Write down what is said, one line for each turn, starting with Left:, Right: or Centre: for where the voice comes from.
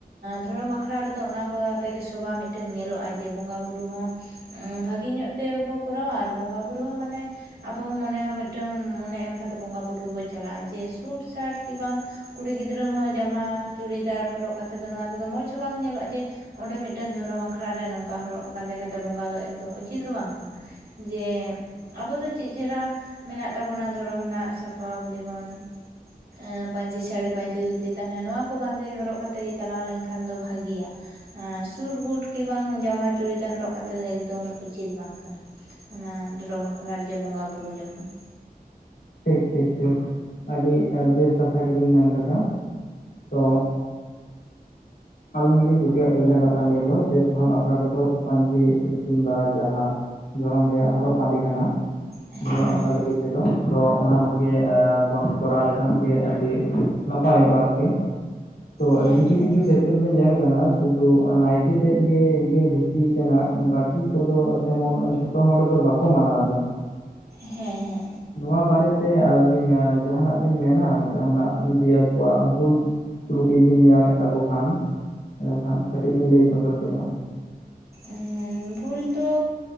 Right: ᱫᱷᱚᱨᱚᱢ ᱟᱠᱷᱲᱟ ᱨᱮᱫᱚ ᱚᱱᱟ ᱠᱚ ᱟᱛᱮᱜᱮ ᱥᱚᱵᱷᱟ ᱢᱤᱫᱴᱮᱱ ᱧᱮᱞᱚᱜᱼᱟ ᱡᱮ ᱵᱚᱸᱜᱟ ᱵᱩᱨᱩ ᱦᱚᱸ ᱵᱷᱟᱹᱜᱮ ᱧᱚᱜ ᱛᱮᱵᱚ ᱠᱚᱨᱟᱣᱟ ᱟᱨ ᱵᱚᱸᱜᱟ ᱵᱩᱨᱩ ᱦᱚᱸ ᱢᱟᱱᱮ ᱟᱵᱚ ᱦᱚᱸ ᱢᱚᱱᱮ ᱦᱚᱸ ᱢᱤᱫᱴᱟᱝ ᱢᱚᱱᱮ ᱮᱢ ᱠᱟᱛᱮᱫ ᱵᱚᱸᱜᱟ ᱵᱩᱨᱩ ᱵᱟᱹᱡ ᱪᱟᱞᱟᱜᱼᱟ ᱡᱮ ᱥᱩᱴ ᱥᱟᱴ ᱠᱤ ᱵᱟᱝ ᱠᱩᱲᱤ ᱜᱤᱫᱽᱨᱟᱹ ᱦᱚᱸ ᱡᱟᱢᱟ ᱪᱩᱲᱤᱫᱟᱨ ᱦᱚᱨᱚᱜ ᱠᱟᱛᱮᱫ ᱫᱚ ᱱᱚᱣᱟ ᱛᱮᱫᱚ ᱢᱚᱡᱽ ᱦᱚᱸ ᱵᱟᱝ ᱧᱮᱞᱚᱜᱼᱟ ᱡᱮ ᱚᱸᱰᱮ ᱢᱤᱫᱴᱮᱱ ᱫᱷᱚᱨᱚᱢ ᱟᱠᱷᱲᱟ ᱨᱮ ᱱᱚᱝᱠᱟ ᱦᱚᱨᱚᱜ ᱵᱟᱸᱫᱮ ᱠᱟᱛᱮᱫ ᱵᱚᱸᱜᱟ ᱫᱚ ᱮᱠᱫᱚᱢ ᱩᱪᱤᱛ ᱦᱚᱸ ᱵᱟᱝ ᱠᱟᱱᱟ ᱡᱮ ᱟᱵᱚ ᱫᱚ ᱪᱮᱫ ᱪᱮᱨᱦᱨᱟ ᱢᱮᱱᱟᱜ ᱛᱟᱵᱚᱱᱟ ᱫᱷᱚᱨᱚᱢ ᱨᱮᱱᱟᱜ ᱥᱟᱯᱟᱵ ᱡᱮᱢᱚᱱ ᱮᱸ ᱯᱟᱹᱧᱪᱤ ᱥᱟᱹᱲᱤ ᱯᱟᱹᱧᱪᱤ ᱫᱷᱩᱛᱤ ᱛᱟᱦᱞᱮ ᱱᱚᱣᱟ ᱠᱚ ᱵᱟᱸᱫᱮ ᱦᱚᱨᱚᱜ ᱠᱟᱛᱮᱜ ᱜᱮ ᱪᱟᱞᱟᱣ ᱞᱮᱱᱠᱷᱟᱱ ᱫᱚ ᱵᱷᱟᱹᱜᱮᱭᱟ ᱟᱸ ᱥᱩᱴᱵᱩᱴ ᱠᱤ ᱵᱟᱝ ᱡᱟᱢᱟ ᱪᱩᱲᱤᱫᱟᱨ ᱦᱚᱨᱚᱜ ᱠᱟᱛᱮᱜ ᱫᱚ ᱮᱠᱫᱚᱢ ᱩᱪᱤᱛ ᱵᱟᱝ ᱠᱟᱱᱟ ᱚᱱᱟ ᱫᱷᱚᱨᱚᱢ ᱟᱠᱷᱲᱟ ᱨᱮ ᱡᱮ ᱵᱚᱸᱜᱟ ᱵᱩᱨᱩ ᱡᱚᱠᱷᱚᱱ
Left: ᱴᱷᱤᱠ ᱴᱷᱤᱠ ᱴᱷᱤᱠ ᱟᱹᱰᱤ ᱵᱮᱥ ᱠᱟᱛᱷᱟ ᱜᱮᱵᱤᱱ ᱢᱮᱱ ᱟᱠᱟᱫᱟ ᱛᱚᱸ ᱟᱹᱞᱤᱧ ᱦᱚᱞᱤᱧ ᱠᱩᱥᱤᱭᱟᱜ ᱛᱟᱵᱤᱱᱟ ᱠᱟᱛᱷᱟ ᱱᱤᱭᱟᱹ ᱫᱚ ᱡᱮ ᱫᱷᱚᱨᱚᱢ ᱟᱠᱷᱲᱟ ᱨᱮᱫᱚ ᱯᱟᱟᱹᱧᱪᱤ ᱠᱤᱱ ᱵᱟ ᱡᱟᱦᱟᱸ ᱫᱷᱚᱨᱚᱢ ᱨᱮᱭᱟᱜ ᱦᱚᱨᱚᱜ ᱵᱟᱸᱫᱮ ᱠᱟᱱᱟ
Right: ᱦᱮᱸ
Left: ᱫᱷᱚᱨᱚᱢ ᱟᱠᱷᱲᱟ ᱞᱟᱹᱜᱤᱫ ᱛᱮᱫᱚ ᱛᱚ ᱚᱱᱟ ᱠᱚᱜᱮ ᱵᱚᱱ ᱠᱚᱨᱟᱣ ᱞᱮᱠᱷᱟᱱ ᱜᱮ ᱟᱹᱰᱤ ᱱᱟᱯᱟᱭᱚᱜᱼᱟ ᱟᱨᱠᱤ ᱛᱚ
Right: ᱦᱮᱸ
Left: ᱠᱷᱤᱪᱩ ᱠᱷᱤᱪᱩ ᱠᱷᱮᱛ ᱠᱷᱮᱛᱨᱚ ᱧᱮᱞ ᱠᱟᱱᱟ ᱥᱩᱫᱷᱩ ᱱᱟᱭᱠᱮ ᱛᱮᱫ ᱜᱮ ᱤᱱᱠᱟᱹ ᱫᱷᱩᱛᱤ ᱟᱠᱟᱱᱟ ᱵᱟᱠᱤ ᱵᱟᱠᱤ ᱠᱚᱫᱚ ᱛᱮᱢᱚᱱ ᱡᱷᱚᱛᱚ ᱦᱚᱲ ᱫᱚ ᱵᱟᱠᱚ ᱢᱟᱱᱟᱣ ᱮᱫᱟ
Right: ᱦᱮᱸ ᱦᱮᱸ
Left: ᱱᱚᱣᱟ ᱵᱟᱨᱮᱛᱮ ᱟᱹᱵᱤᱱ ᱡᱟᱦᱟᱸᱱᱟᱜ ᱵᱤᱱ ᱢᱮᱱᱟ ᱡᱟᱦᱟᱸᱱᱟᱜ ᱡᱩᱫᱤ ᱟᱠᱚᱣᱟᱜ ᱵᱷᱩᱞ ᱨᱩᱴᱤ ᱵᱤᱱ ᱧᱟᱢᱮᱫ ᱛᱟᱠᱚ ᱠᱷᱟᱱ ᱮᱰᱮᱠᱷᱟᱱ ᱠᱟᱹᱴᱤᱡ ᱵᱤᱧ ᱞᱟᱹᱭ ᱥᱚᱫᱚᱨ ᱠᱤᱧᱟ
Right: ᱮᱸ ᱵᱷᱩᱞ ᱫᱚ